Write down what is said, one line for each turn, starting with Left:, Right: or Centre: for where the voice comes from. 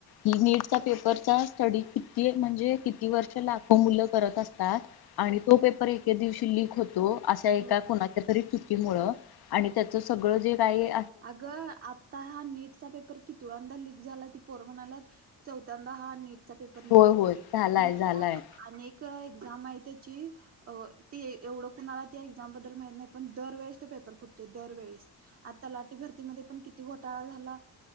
Left: ही नीटचा पेपरचा स्टडी किती म्हणजे किती वर्ष लाखो मुल. करत असात आणि तो पेपर एके दिवशी लिख लिक होतो असा एका
Right: होय
Left: कुणाच्यातरी. तरी चुकीमुळे आणि त्याच सगळं जे काय.
Right: अगं आ''--'' हा नीट चा पेपर कितीव्यांदा क झाला ती पोरं म्हणाल्या चौथ्यांदा हा नेट. चा पेपरक
Left: होय
Right: झाला
Left: होय
Right: आहे
Left: झालाय झालाय
Right: अनेक एक्झाम आहे त्याची. अ ती एवढं कुणाला त्या एक्झाम बद्दल माहत नाही पण दरवेेळेस तो पेपर फुटतो दरवेळेस. आता लाठी भरतीमध्ये पण किती घोटाळा झाला